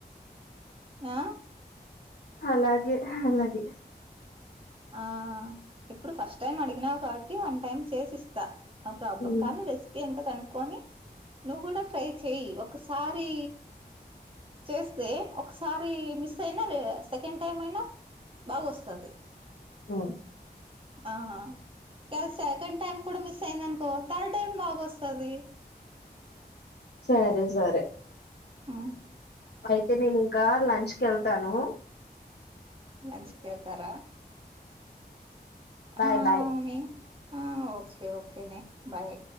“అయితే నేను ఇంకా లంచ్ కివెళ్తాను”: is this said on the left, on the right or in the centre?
Left